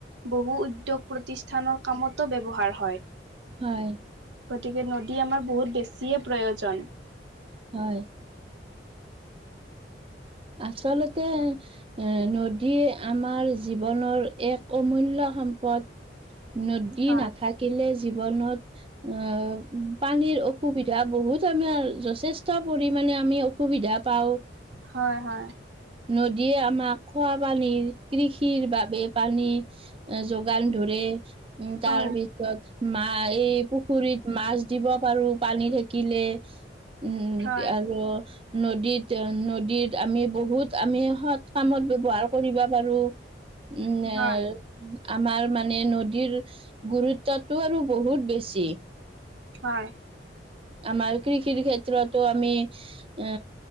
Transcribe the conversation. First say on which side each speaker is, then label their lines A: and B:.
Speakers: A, on the right; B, on the right.
A: বহু উদ্যোগ প্ৰতিষ্ঠানৰ কামতো ব্যৱহাৰ হয়
B: হয়
A: গতিকে নদী আমাৰ বহুত বেছিয়ে প্ৰয়োজন
B: হয় আচলতে এ নদী আমাৰ জীৱনৰ এক অমূল্য সম্পদ
A: <inaudible>
B: নদী
A: হয়,
B: নাথাকিলে জীৱনত অ পানীৰ অসুবিধা বহুত আমাৰ যথেষ্ট পৰিমণে আমি অসুবিধা পাও
A: হয় হয়
B: নদীয়ে আমাক খোৱা পানীৰ কৃষিৰ বাবে পানী যোগান ধৰে উম
A: হয়।
B: তাৰ পিছত মা এই পুখুৰীত মাছ দিব পাৰো পানী থাকিলে উম
A: হয়,
B: আৰু নদীত নদীত আমি বহুত আমি সৎ কামত ব্যৱহাৰ কৰিব পাৰোঁ উম
A: হয়,
B: আমাৰ মানে নদীৰ গুৰুত্বটো আৰু বহুত বেছি
A: হয়
B: আমাৰ কৃষিৰ ক্ষেত্ৰতো আমি আ